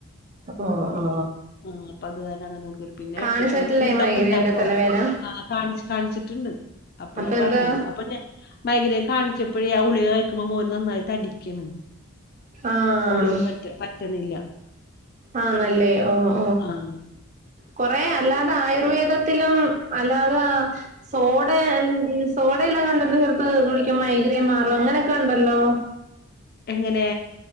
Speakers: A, on the right; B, on the left.
A: ഓ
B: ഉം
A: ഓ
B: ആ അപ്പത് കാരണങ്ങനെ കൊടുക്കല് പിന്നെ
A: കാണിച്ചിട്ടില്ലേ
B: എപ്പഴെ ഫുഡക്കെണ്ടാക്കോ?
A: മൈഗ്രേന്റെ തലവേന
B: കാണ് കാണിച്ചിട്ട്ണ്ട് അപ്പഴാ
A: അപ്പൊ
B: പറഞ്ഞത്
A: എന്താ
B: അപ്പൊ ഞാൻ മൈഗ്രേൻ കാണിച്ചപ്പഴേ ആ ഗുളിക കഴിക്കുമ്പോ മോന് നന്നായി തടിക്കാണ്
A: ആഹ്
B: ആ ഗുളിക പറ്റ പറ്റണില്ല
A: ആന്നല്ലേ ഓഹോ
B: ആഹ്
A: കൊറേയല്ലാതെ ആയുർവേദത്തിലും അല്ലാതെ സോടെ എൻ സോയില്ലെങ്ങാണ്ടോ എന്തോ കൊടുത്ത് കുടിക്കുമ്പോ മൈഗ്രൻ മാറും അങ്ങനെയൊക്കെയുണ്ടല്ലോ
B: എങ്ങനെ?